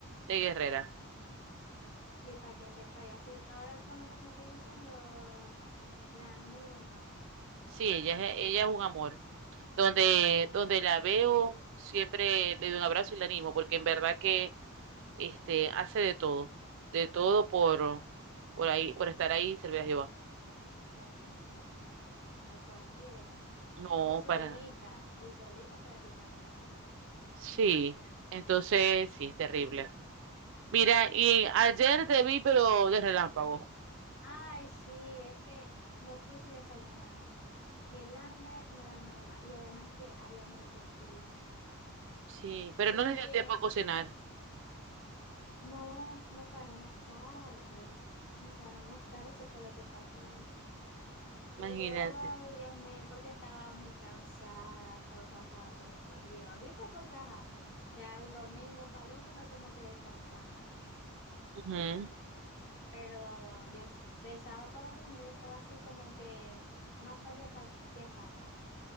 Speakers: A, on the right (about 60°); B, on the left (about 55°).
A: de guerrera.
B: Sí, para que sepa, y así, ahora con lo que me estáis diciendo, la admiro más,
A: Sí, ella es, ella es un amor. Donde, donde la veo, siempre le doy un abrazo y la animo, porque en verdad que este, hace de todo, de todo por, por ahí, por estar ahí y servir a Jehová.
B: para que sepa, eh, no cualquiera.
A: No,
B: Y solita,
A: para nada.
B: y solita prácticamente.
A: Sí, entonces sí, es terrible. Mira, y ayer te vi, pero de relámpago.
B: Ay, sí, es que me fui sin desayunar. Y el hambre no era normal. Y además que había mucho frío.
A: Sí, pero
B: Y,
A: no
B: no-
A: les dio
B: y
A: tiempo a cocinar.
B: no, nos paramos tarde. Nos paramos tarde, eso fue lo que pasó. Y
A: Imagínate.
B: yo, ay, Dios mío, porque estaba muy cansada, he estado cansado todos estos días. Ahorita porque, ajá, ya el domingo para el uno no como que descansa más.
A: Ujú.
B: Pero del, del sábado para domingo yo estaba así como que más para allá pa- que para acá.